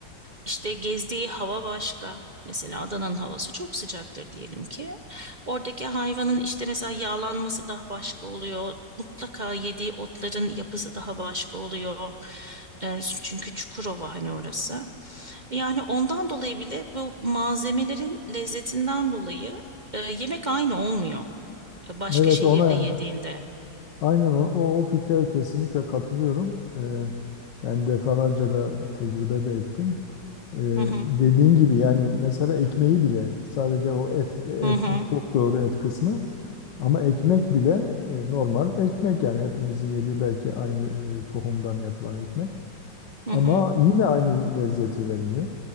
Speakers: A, on the right; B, on the left.
A: İşte gezdiği hava başka. Mesela Adana'nın havası çok sıcaktır diyelim ki. Oradaki hayvanın işte mesela yağlanması daha başka oluyor. Mutlaka yediği otların yapısı daha başka oluyor. Ee, çünkü Çukurova hani orası. Yani ondan dolayı bile bu malzemelerin lezzetinden dolayı e, yemek aynı olmuyor. E, Başka
B: Evet
A: şehirde
B: ona yani,
A: yediğinde.
B: aynen o, o, o fikre kesinlikle katılıyorum. Ee, yani defalarca da tecrübe de ettim. Ee,
A: Hı hı,
B: dediğin gibi yani mesela ekmeği bile sadece o et et
A: hı hı,
B: çok doğru et kısmı ama ekmek bile e, normal ekmek yani hepimizin yediği belki aynı e, tohumdan yapılan ekmek ama
A: hı hı.
B: yine aynı lezzeti vermiyor.